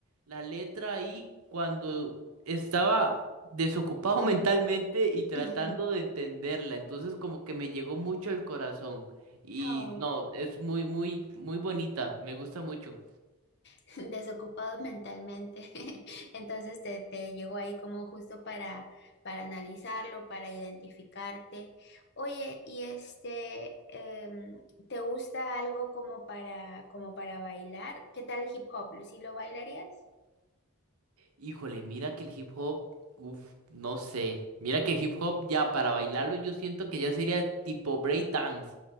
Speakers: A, on the right; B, on the left.
A: la letra ahí cuando estaba desocupado <laughs> mentalmente y tratando
B: <laughs>
A: de entenderla. Entonces como que me llegó mucho el corazón. Y
B: Oh.
A: no, es muy, muy, muy bonita. Me gusta mucho.
B: <laughs> desocupados mentalmente. <laughs> Entonces te, te llegó ahí como justo para, para analizarlo, para identificarte. Oye, ¿y este, em, te gusta algo como para, como para bailar? ¿Qué tal hip hop? ¿Sí lo bailarías?
A: Híjole, mira que el hip hop, uff, no sé. Mira que el hip hop ya para bailarlo yo siento que ya sería tipo break dance.